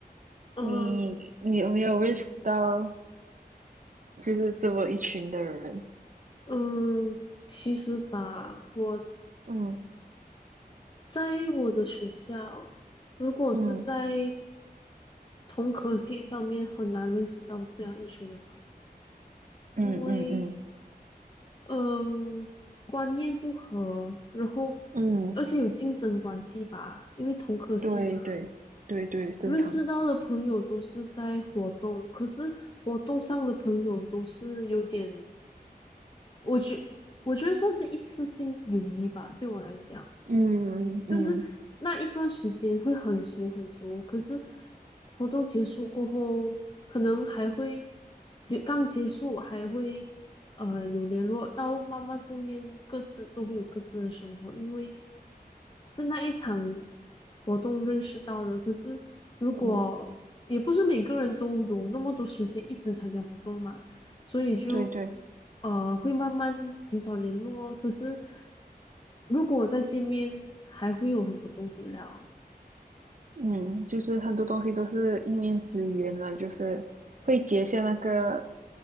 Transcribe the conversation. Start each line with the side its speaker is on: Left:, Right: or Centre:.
Left: 呃，
Right: 你你有没有认识到就是这么一群的人？
Left: 嗯，其实吧，我。
Right: 嗯
Left: 在我的学校，如果是在
Right: 嗯
Left: 同科系上面，很难认识到这样一群的朋友，
Right: 嗯嗯嗯
Left: 因为嗯，观念不合，然后
Right: 嗯，
Left: 而且有竞争关系吧，因为同科系嘛，
Right: 对对对对，正常。
Left: 认识到的朋友都是在活动，可是活动上的朋友都是有点，我觉我觉得算是一次性友谊吧，对我来讲。
Right: 嗯嗯嗯
Left: 就是那一段时间会很熟很熟，可是活动结束过后，可能还会结刚结束还会呃有联络，到慢慢后面各自都会有各自的生活，因为是那一场活动认识到的。可是如果也不是每个人都有那么多时间一直参加活动嘛，
Right: 嗯，
Left: 所以就
Right: 对对。
Left: 呃会慢慢减少联络。可是如果再见面，还会有很多东西聊。
Right: 嗯，就是很多东西都是一面之缘了，就是会结下那个